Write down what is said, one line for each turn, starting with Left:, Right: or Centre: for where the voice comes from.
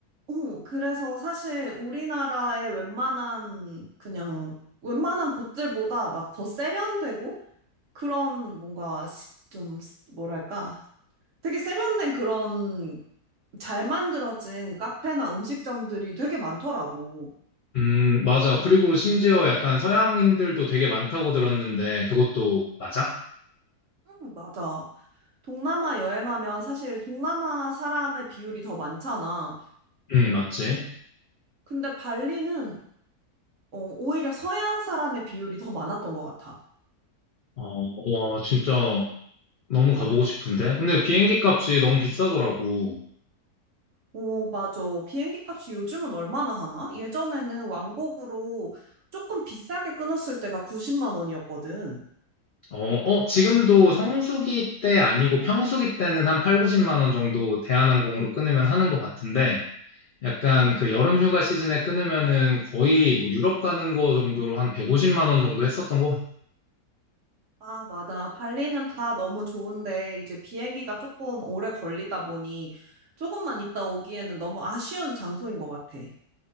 Right: 어, 그래서 사실 우리나라의 웬만한, 그냥, 웬만한 곳들보다 막 더 세련되고, 그런 뭔가 시- 좀, 스- 뭐랄까. 되게 세련된 그런 잘 만들어진 카페나 음식점들이 되게 많더라고.
Left: 음, 맞아. 그리고 심지어 약간 서양인들도 되게 많다고 들었는데 그것도 맞아?
Right: 응, 맞아. 동남아 여행하면 사실 동남아 사람의 비율이 더 많잖아.
Left: 음, 맞지.
Right: 근데 발리는 어, 오히려 서양 사람의 비율이 더 많았던 것 같아.
Left: 어, 와, 진짜 너무 가보고 싶은데. 근데 비행기 값이 너무 비싸더라고.
Right: 오, 맞아. 비행기 값이 요즘은 얼마나 하나? 예전에는 왕복으로 조금 비싸게 끊었을 때가 90만 원이었거든.
Left: 어, 어, 지금도 성수기 때 아니고 평수기 때는 한 8, 90만 원 정도 대한항공으로 끊으면 하는 것 같은데 약간 그
Right: 음.
Left: 여름 휴가 시즌에 끊으면은 거의 뭐 유럽 가는 거 정도로 한 150만 원 정도 했었던 것 같아.
Right: 아, 맞아. 발리는 다 너무 좋은데, 이제 비행기가 조금 오래 걸리다 보니, 조금만 있다 오기에는 너무 아쉬운 장소인 것 같아.